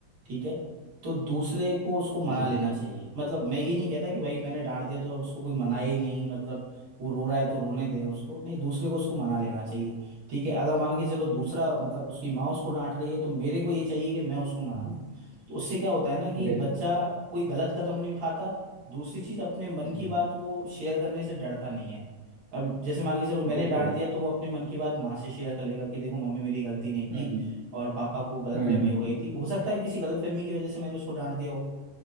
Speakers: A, on the right; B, on the right.
A: ठीक है तो दूसरे को उसको मना
B: जी
A: लेना चाहिए मतलब मैं ये नहीं कहता कि भाई मैंने डांट दिया तो अब उसको कोई मनाए ही नहीं मतलब वो रो रहा है तो रोने दें उसको नहीं दूसरे को उसको मना लेना चाहिए ठीक है अगर मान के चलो दूसरा मतलब उसकी माँ उसको डांट रही है तो मेरे को ये चाहिए कि मैं उसको मना
B: हम्म,
A: लूं तो उससे क्या होता है ना कि
B: बिल्कुल
A: बच्चा
B: बिल्कुल
A: कोई गलत कदम नहीं उठाता दूसरी चीज अपने मन
B: हम्म,
A: की बात वो शेयर करने से डरता नहीं है अब जैसे मान के चलो मैंने
B: बिल्कुल
A: डांट दिया तो वो अपने मन की बात माँ से शेयर कर लेगा कि देखो मम्मी मेरी गलती नहीं थी
B: हम्म हम्म
A: और पापा को गलतफहमी
B: हम्म, हम्म, हम्म,
A: हो गई थी हो सकता है किसी गलतफहमी की वजह से मैंने उसको डांट दिया हो